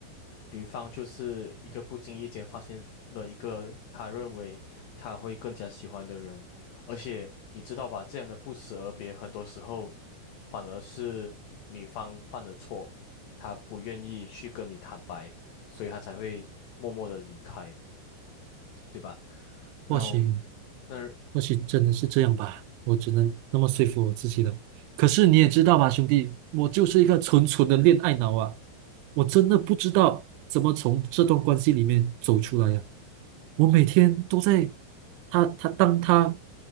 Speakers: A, on the left; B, on the right.
A: 女方就是一个不经意间发现了一个她认为她会更加喜欢的人，而且你知道吧，这样的不辞而别，很多时候反而是女方犯了错，她不愿意去跟你坦白，所以她才会默默的离开，对吧？那
B: 或许。
A: 那。
B: 或许真的是这样吧，我只能那么说服我自己了。可是你也知道吧，兄弟，我就是一个纯纯的恋爱脑啊，我真的不知道怎么从这段关系里面走出来呀、我每天都在，他他当他